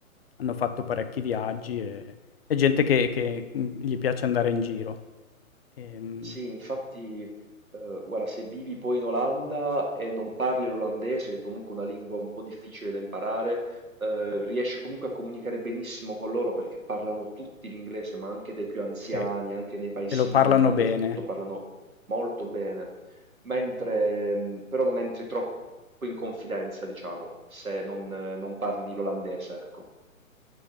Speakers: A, on the left (about 45°); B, on the right (about 75°).
A: hanno fatto parecchi viaggi e è gente che che, mhmm, gli piace andare in giro. Ehm
B: Sì, infatti, eh, guarda, se vivi poi in Olanda e non parli l'olandese, che è comunque una lingua un po' difficile da imparare, eh, riesci comunque a comunicare benissimo con loro perché parlano tutti l'inglese, ma anche dai più anziani,
A: Sì,
B: anche nei paesini,
A: te lo parlano
B: dappertutto
A: bene.
B: parlano molto bene. Mentre, mh, però non entri troppo in confidenza, diciamo, se non, eh, non parli l'olandese, ecco.